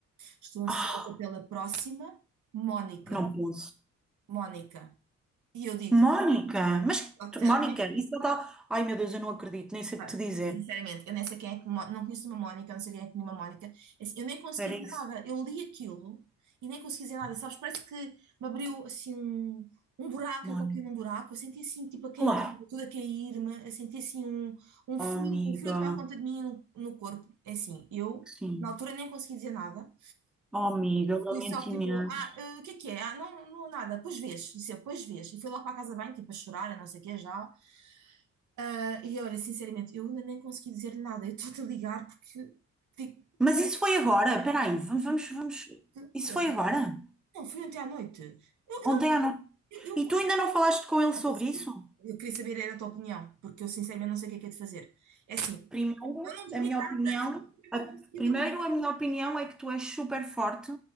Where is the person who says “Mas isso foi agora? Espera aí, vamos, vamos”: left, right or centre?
Centre